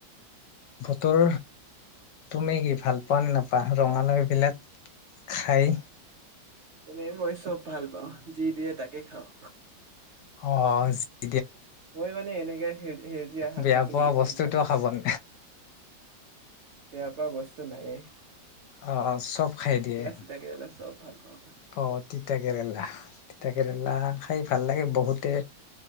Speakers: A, on the left; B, on the right.
A: বতৰ তুমি কি ভাল পোৱা নে নাপা ৰঙালৈবিলাক খাই?
B: এনেই মই চব ভাল পাওঁ যি দিয়ে তাকে খাওঁ।
A: অ।
B: মই মানে এনেকে সেউজীয়া শাক
A: বেয়া
B: পাচলি
A: পোৱা
B: বেছি
A: বস্তুটো
B: ভাল পাওঁ।
A: খাব ন
B: বেয়া পোৱা বস্তু নায়েই।
A: অ অ চব খাই দিয়ে
B: চিতা কেৰেলা চব ভাল পাওঁ মই
A: অ তিতা কেৰেলা তিতা কেৰেলা খাই ভাল লাগে বহুতে